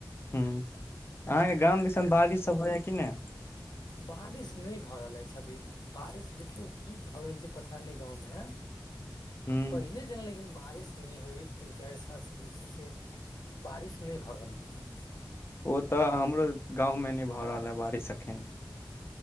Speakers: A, on the left; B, on the left.
A: हूंँ। अहाँके गाम दिसन बारिश सब होइयैऽ कि नै?
B: बारिश नेय भऽ रहल एछ अभी, बारिश देखियौ की भऽ गेल छै पता नै गाँवमे
A: हूँ
B: पहिले जेना लेकिन बारिश नै होय तीन-चार साल से जे छै से, बारिश नै भऽ रहल अइछ।
A: ओत ऽ हमरो गाँवमे नै भऽ रहल अय बारिश अखन।